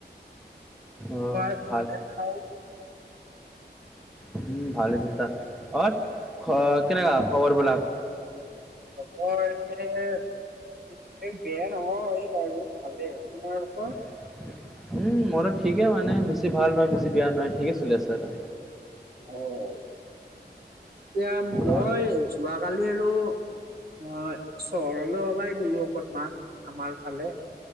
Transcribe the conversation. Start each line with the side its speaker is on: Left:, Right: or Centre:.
Centre: অ
Right: <unintelligible>
Centre: ভাল
Right: হ'লে খাওঁ।
Centre: উম, ভালে হৈছে, অ' খ কেনেকা খবৰবিলাক?
Right: খবৰ এনে এই বেয়া নহয় এই আৰু ভালেই। তোমালোকৰ?
Centre: <inaudible> উম, মোৰো ঠিকে মানে, বেছি ভালো নহয় বেছি বেয়া নহয়, ঠিকে চলি আছে আৰু।
Right: হয়। এতিয়া মই
Centre: অ
Right: যোৱা কালি আৰু অ' চহৰলৈ ওলাই গ'লো অকনমান, আমাৰ ফালে।